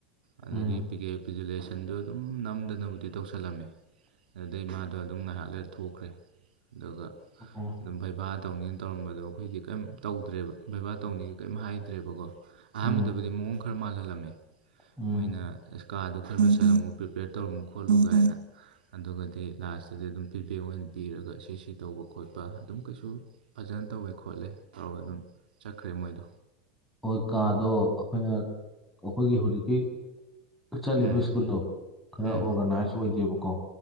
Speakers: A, on the right (about 85°); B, in the centre.
A: ꯑꯗ
B: ꯎꯝ
A: ꯚꯤꯖꯨꯂꯦꯁꯟꯗꯣ ꯑꯗꯨꯝ ꯅꯝꯗꯅꯕꯨꯗꯤ ꯇꯧꯁꯜꯂꯝꯃꯤ ꯑꯗꯨꯗꯩ ꯃꯥꯗꯣ ꯑꯗꯨꯝ ꯉꯥꯏꯍꯥꯛ ꯂꯩ ꯊꯣꯛꯈ꯭ꯔꯦ ꯑꯗꯨꯒ
B: ꯑꯣ
A: ꯑꯗꯨꯝ ꯕꯩꯕꯥ ꯇꯧꯅꯤꯅ ꯇꯧꯔꯝꯕꯗꯣ ꯑꯩꯈꯣꯏꯒꯤ ꯀꯩꯝ ꯇꯧꯗ꯭ꯔꯦꯕ ꯕꯩꯕꯥ ꯇꯧꯅꯤꯡꯉꯦ ꯀꯔꯤꯝ ꯍꯥꯏꯗ꯭ꯔꯦꯕꯀꯣ ꯑꯍꯥꯟꯕꯗꯕꯨꯗꯤ
B: ꯎꯝ
A: ꯃꯑꯣꯡ ꯈꯔ ꯃꯥꯜꯍꯜꯂꯝꯃꯤ
B: ꯎꯝ
A: ꯃꯣꯏꯅ ꯑꯁ ꯀꯥꯗꯨ ꯈꯔ ꯂꯣꯏ ꯁꯜꯂꯝꯃꯨ ꯄ꯭ꯔꯤꯄꯦꯌꯔ ꯇꯧꯔꯝꯨ ꯈꯣꯠꯂꯨꯒꯥꯏꯅ ꯑꯗꯨꯒꯗꯤ ꯂꯥꯁꯇꯗꯤ ꯑꯗꯨꯝ ꯐꯤꯗꯕꯦꯛ ꯑꯣꯏꯅ ꯄꯤꯔꯒ ꯁꯤ ꯁꯤ ꯇꯧꯕ ꯈꯣꯠꯄ ꯑꯗꯨꯝ ꯀꯩꯁꯨ ꯐꯖꯅ ꯇꯧꯋꯦ ꯈꯣꯠꯂꯦ ꯇꯧꯔꯒ ꯑꯗꯨꯝ ꯆꯠꯈ꯭ꯔꯦ ꯃꯣꯏꯗꯣ꯫
B: ꯍꯣꯏ ꯀꯥꯗꯣ ꯑꯩꯈꯣꯏꯅ ꯑꯩꯈꯣꯏꯒꯤ ꯍꯧꯖꯤꯛꯀꯤ ꯆꯠꯂꯤꯕ
A: ꯎꯝ
B: ꯁ꯭ꯀꯨꯜꯗꯣ ꯈꯔ
A: ꯎꯝ
B: ꯑꯣꯔꯒꯅꯥꯏꯁ ꯑꯣꯏꯗꯦꯕꯀꯣ